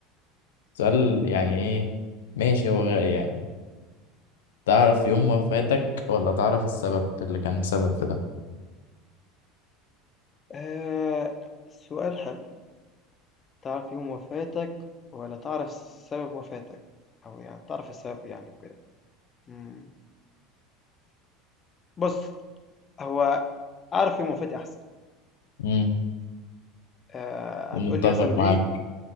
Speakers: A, on the left; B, on the left.
A: سؤال يعني ايه ماشي هو غ- يعني تعرف يوم ما فاتك ولا تعرف السبب اللي كان سبب في ده
B: آه سؤال حلو تعرف يوم وفاتك ولا تعرف سبب وفاتك؟ أو يعني تعرف السبب يعني وكده. إمم. بُص، هو أعرف يوم وفاتي أحسن.
A: امم
B: آآ
A: متفق
B: هتقول لي مثلًا
A: معاك
B: ليه